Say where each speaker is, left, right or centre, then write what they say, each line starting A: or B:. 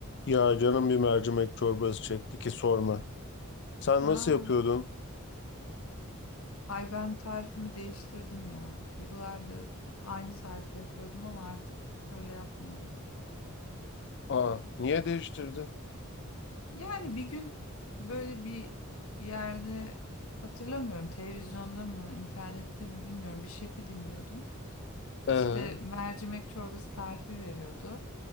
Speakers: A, on the left; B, on the left.
A: Ya canım bir mercimek çorbası çekti ki sorma. Sen
B: Aa,
A: nasıl yapıyordun?
B: ay ben tarifimi değiştirdim ya. Yıllardır aynı tarifle yapıyordum ama artık öyle yapmıyorum.
A: Aa, niye değiştirdin?
B: Yani bir gün böyle bir yerde hatırlamıyorum televizyonda mı internette mi bilmiyorum bir şefi dinliyordum. İşte
A: Ee,
B: mercimek çorbası tarifi veriyordu.